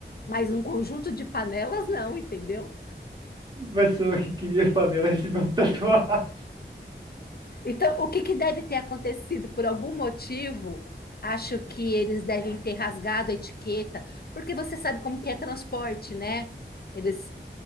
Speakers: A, on the left; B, on the right.
A: Mas um conjunto de panelas, não, entendeu?
B: A pessoa que queria panela recebeu uma tatuagem.
A: Então, o que que deve ter acontecido? Por algum motivo, acho que eles devem ter rasgado a etiqueta, porque você sabe como que é transporte, né? Eles